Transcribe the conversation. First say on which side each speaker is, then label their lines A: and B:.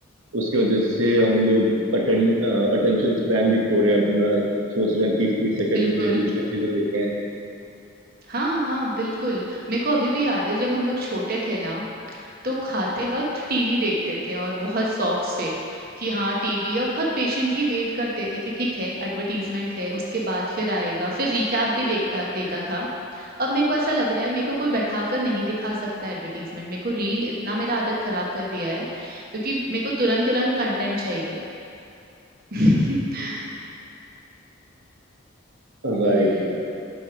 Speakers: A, on the right; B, on the right.
A: उसकी वजह से हम लोग अटेंड अटेंशन स्पैन भी खो रहे हैं अपना सोच रहे हैं तीस तीस सेकंड
B: बिल्कुल
A: में दूसरी चीजें देखें
B: हाँ, हाँ, बिल्कुल। मेरे को अभी भी याद है जब हम लोग छोटे थे ना, तो खाते वक़्त टीवी देखते थे और बहुत शौक से कि हाँ टीवी और बहुत पेशेंटली वेट करते थे कि ठीक है एडवर्टाइज़मेंट है, उसके बाद फिर आएगा। फिर रिकैप भी देखता देता था। अब मेरे को ऐसा लग रहा है मेरे को कोई बैठाकर नहीं दिखा सकता है एडवर्टाइज़मेंट। मेरे को रील इतना मेरा आदत ख़राब कर दिया है क्योंकि मेरे को तुरंत-तुरंत कंटेंट चाहिए। <laughs>
A: Right
B: हुँ।
A: right